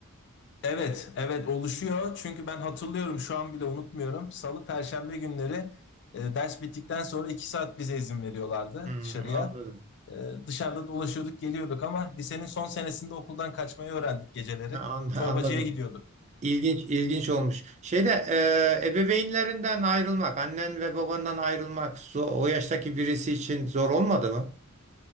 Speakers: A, on the left (about 55°); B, on the right (about 30°).
A: Evet, evet oluşuyor. Çünkü ben hatırlıyorum şu an bile unutmuyorum. Salı, Perşembe günleri e, ders bittikten sonra iki saat bize izin veriyorlardı
B: Hmm,
A: dışarıya.
B: anladım.
A: Ee, dışarıda dolaşıyorduk, geliyorduk ama lisenin son senesinde okuldan kaçmayı öğrendik geceleri.
B: Ha, an- anladım.
A: Çorbacıya gidiyorduk.
B: İlginç, ilginç olmuş. Şeyde e, ebeveynlerinden ayrılmak, annen ve babandan ayrılmak so- o yaştaki birisi için zor olmadı mı?